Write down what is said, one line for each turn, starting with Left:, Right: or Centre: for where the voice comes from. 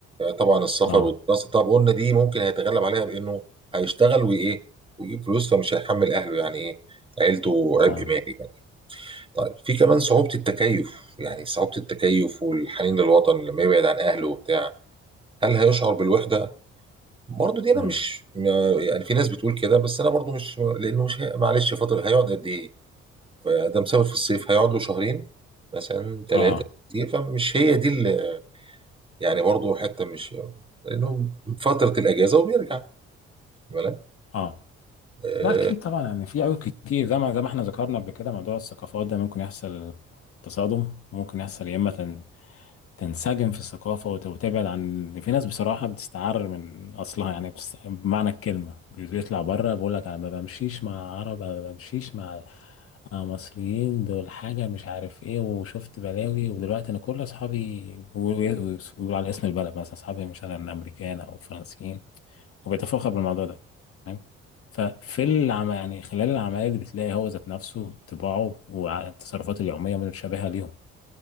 Right: طبعا السفر
Left: اه
Right: والدراسه طب قلنا دي ممكن هيتغلب عليها بانه هيشتغل وايه ويجيب فلوس فمش هيحمل اهله يعني ايه عيلته عبء
Left: اه
Right: مالي يعني طيب في كمان صعوبه التكيف يعني صعوبه التكيف والحنين للوطن لما يبعد عن اهله وبتاع هل هيشعر بالوحده برضه دي انا
Left: مم.
Right: مش ما- يعني في ناس بتقول كده بس انا برضه مش لانه مش هي- معلش فتره هيقعد قد ايه فده مسافر في الصيف هيقعد له شهرين مثلا ثلاثه
Left: اه
Right: كتير فمش هي دي اللي يعني برضه حته مش لانه فتره الاجازه وبيرجع بالك
Left: اه
Right: آه،
Left: لا اكيد طبعا يعني في عيوب كتير زي ما زي ما احنا ذكرنا قبل كده موضوع الثقافات ده ممكن يحصل تصادم وممكن يحصل يا اما تنسجم في الثقافة وت- وتبعد عن في ناس بصراحة بتستعر من أصلها يعني بس... بمعنى الكلمة بيطلع بره بيقول لك أنا ما بمشيش مع عرب أنا ما بمشيش مع مع مصريين دول حاجة مش عارف إيه وشفت بلاوي ودلوقتي أنا كل أصحابي بيقول على اسم البلد مثلا أصحابي مش أنا أمريكان أو فرنسيين وبيتفاخر بالموضوع ده تمام ففي العم... يعني خلال العملية اللي بتلاقي هو ذات نفسه طباعه والتصرفات اليومية متشابهة ليهم